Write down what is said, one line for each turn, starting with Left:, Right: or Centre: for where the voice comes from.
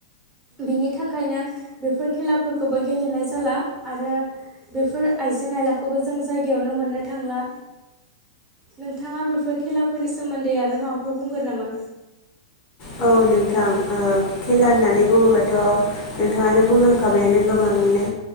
Right: बिनि थाखायनो बेफोर खेलाफोरखौबो गेलेनाय जाला। आरो बेफोर आइजें आइलाखौबो जों जायगायावनो मोननो थांला नोंथाङा बेफोर खेलाफोरनि सोमोन्दै आरो माबाफोर बुंगोन नामा?
Left: औ नोंथां खेला
Right: औ
Left: होननानै बुङोब्लाथ' नोंथाङानो बुंलांखाबायानो गोबाङैनो